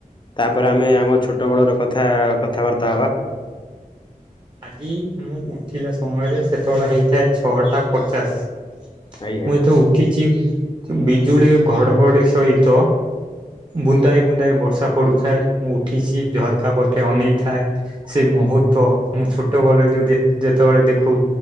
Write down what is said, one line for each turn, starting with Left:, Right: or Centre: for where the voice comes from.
Left: ତାପରେ ଆମେ ଆମ ଛୋଟ ବୋଳର କଥା କଥାବାର୍ତ୍ତା ହବା
Right: ହିଁ ମୁଁ ଉଠିଲା ସମୟରେ ସେତେବେଳେ ହେଇଥାଏ ଛଅଟା ପଚାଶ
Left: ଆଜ୍ଞା
Right: ମୁଁ ଯେତେ ଉଠିଛି ବିଜୁଳି ଘଡଘଡି ସହିତ ବୁନ୍ଦାଏ ବୁନ୍ଦାଏ ବର୍ଷା ପଡୁଥାଏ ମୁଁ ଉଠିଛି ଝର କାପଟେ ଅନେଇଥାଏ ସେ ମୁହୂର୍ତ୍ତ ମୁଁ ଛୋଟ ବୋଳେ ଯୋଉ ଯେତେବେଳେ ଦେଖୁ